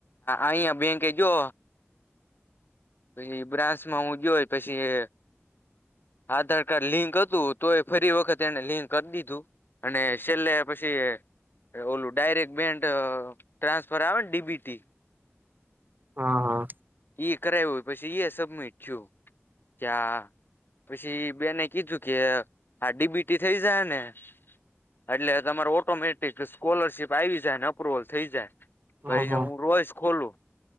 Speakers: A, on the left (about 45°); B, on the right (about 40°).
A: અહયા બેંકે જો પછી ઈબ્રાન્સ માં હું જોયોય પછી એ આધાર કાર્ડ લિંક હતું તો એ ફરી વખત એને લિંક કરી દીધું અને છેલ્લે પછી ઓલું ડાયરેક્ટ બેંન્ટ ટ્રાન્સફર આવે ને ડીબીટી.
B: હા હા.
A: કરાવું હોય પછી એ સ મેછું ક્યા પછી બેને કીધું કે આ ડીબીટી થઈ જાયને એટલે તમાર ઓટોમેટિક સ્કોલરશીપ આવી જાય અપ્રુવલ થઈ જાય. ક
B: ઓહ
A: હું રોયશ ખોલું